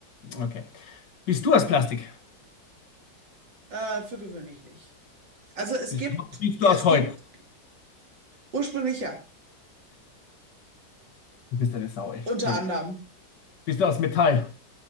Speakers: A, on the left; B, on the right.
A: Okay. Bist du aus Plastik?
B: äh, für gewöhnlich nicht. Also es
A: Bist
B: gibt,
A: du, bist
B: es
A: du aus Holz?
B: gibt ursprünglich ja,
A: Du bist eine Sau, echt.
B: unter
A: Entschuldigung.
B: anderem.
A: Bist du aus Metall?